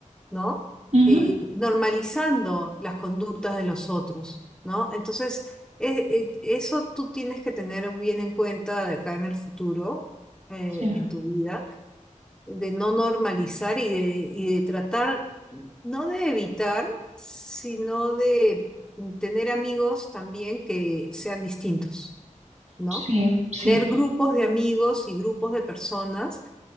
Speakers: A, in the centre; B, on the right.
A: ¿no?
B: ujú,
A: Eh, normalizando las conductas de los otros, ¿no? Entonces, e- e- eso tú tienes que tener bien en cuenta de acá en el futuro, eh,
B: sí,
A: en tu vida, de no normalizar y de, y de tratar, no de evitar, sino de tener amigos también que sean distintos, ¿no?
B: sí, sí,
A: Tener grupos de amigos y grupos de personas